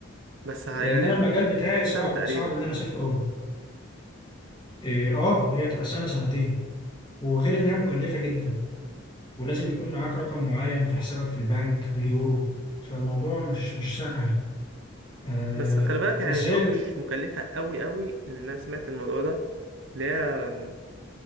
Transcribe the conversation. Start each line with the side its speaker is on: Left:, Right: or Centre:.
Right: بس ها
Left: لأن
Right: يعني
Left: أنا
Right: ال-
Left: المجال بتاعي
Right: ده كده سنة
Left: صعب
Right: تقريبا
Left: صعب إن أنا أسافر أوروبا إيه، آه هي تبقى سنة سنتين وغير إنها مكلفة جدا ولازم يكون معاك رقم معين في حسابك في البنك باليورو فالموضوع مش مش سهل آه
Right: بس خلي بالك يعني
Left: بس
Right: اللي
Left: هي
Right: هو مش مكلفة قوي قوي لأن أنا سمعت الموضوع ده اللي هي م،